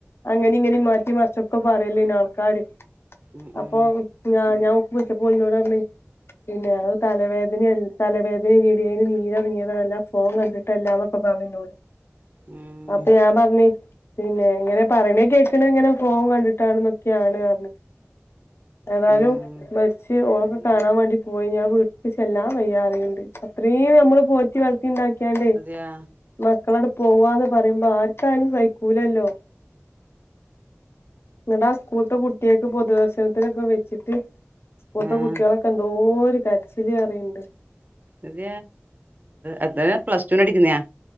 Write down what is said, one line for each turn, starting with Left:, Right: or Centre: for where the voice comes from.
Left: അങ്ങനെ ഇങ്ങനെ റ്റി മറച്ചക്കെ പറയല്ലോ ഇ ആൾക്കാര്
Right: ഉം
Left: അപ്പൊ
Right: ഉം
Left: ഞാൻ വിളിച്ചപ്പ ഓളിന്നോട് പറഞ്ഞു പിന്നെ അത് തലവേദന തലവേദനാണെടി നീരറങ്ങിയല്ല ഫോം കണ്ടിട്ട് എല്ലാംൊക്കെന്നോട്
Right: ഉം
Left: അപ്പേ ഞാൻ പറഞ്ഞി പിന്നെ എങ്ങനെ പറയ കേക്കണ അങ്ങനെ ഫോൺ കണ്ടിട്ടാണ്ന്നൊക്കെയാണ് പറഞ്ഞ് ഏതായാലും
Right: ഉം
Left: മരിച്ച് ഓളൊക്കെ
Right: അതന്നെ
Left: കാണാൻ വേണ്ടി പോയിഞ്ഞാൽ വിളപ്പിച്ചെല്ലാാം വയ്യാതെയുണ്ട് അത്രേയും നമ്മള് പോറ്റി വളർത്തി ഉണ്ടാക്കി
Right: അതെയാ
Left: മക്കളടു പോവാന്ന് പറയുമ്പോ ആർക്കായാലും സഹിക്കൂലല്ലോ ന്നട്ട് ആ സ്കൂളത്തെ കുട്ട്യാൾക്കൊക്കെ പൊതുദർശനത്തിനൊക്കെ വെച്ചിട്ട് കുത്ത
Right: ആ
Left: കുട്ടികളൊക്കെ എന്തോ കരച്ചില് അറിയണ്ട്
Right: ഇത അത പ്ലസ് ടൂ ന് അടിക്കുന്നയാ